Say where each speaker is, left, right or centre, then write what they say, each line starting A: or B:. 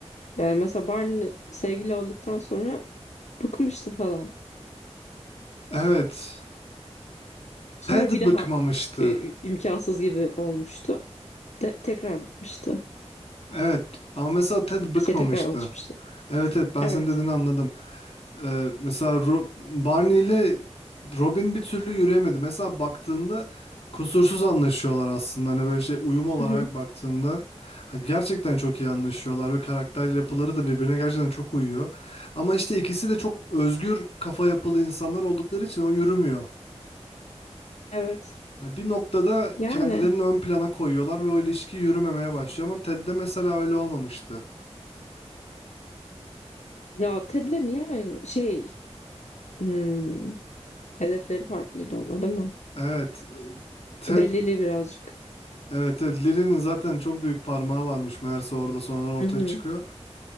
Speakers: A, on the left (about 85°); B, on the left (about 55°).
A: Yani mesela Barney sevgili olduktan sonra bıkmıştı falan.
B: Evet.
A: Sonra
B: Ted
A: bir daha
B: bıkmamıştı.
A: e, imkansız gibi olmuştu. De- tekrar bıkmıştı.
B: Evet ama mesela Ted bıkmamıştı.
A: Şey tekrar alışmıştı.
B: Evet evet ben
A: Evet.
B: senin dediğini anladım. Ee, mesela Ro- Barney ile Robin bir türlü yürüyemedi. Mesela baktığında kusursuz anlaşıyorlar aslında. Hani böyle şey uyum olarak
A: Hı hı.
B: baktığında ha, gerçekten çok iyi anlaşıyorlar ve karakter yapıları da birbirine gerçekten çok uyuyor. Ama işte ikisi de çok özgür kafa yapılı insanlar oldukları için o yürümüyor.
A: Evet.
B: Yani Bir noktada
A: Yani
B: kendilerini ön plana koyuyorlar ve o ilişki yürümemeye başlıyor ama Ted'de mesela öyle olmamıştı.
A: ya Ted'le niye ayrı şey hmm, Hedefleri farklıydı onlar değil mi?
B: Evet, e, Ted
A: Bir de Lili birazcık.
B: Evet, evet Lili'nin zaten çok büyük parmağı varmış meğerse orada sonradan ortaya
A: Hı hı.
B: çıkıyor.